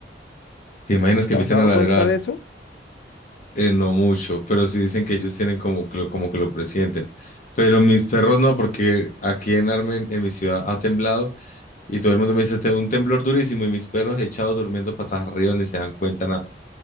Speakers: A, on the left; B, on the left.
A: ¿Te imaginas que
B: ¿Te
A: empiezan
B: has dado
A: a ladrar?
B: cuenta de eso?
A: Eh, no mucho, pero sí dicen que ellos tienen como que lo, como que lo presienten. Pero mis perros no, porque aquí en Armen, en mi ciudad, ha temblado y todo el mundo me dice, "Te- un temblor durísimo y mis perros echados durmiendo patas arriba ni se dan cuenta